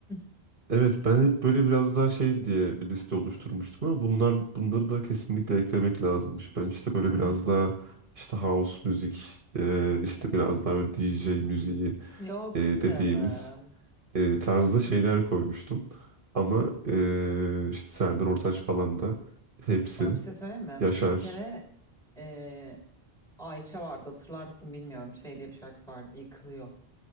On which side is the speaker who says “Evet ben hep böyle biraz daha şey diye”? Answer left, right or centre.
Right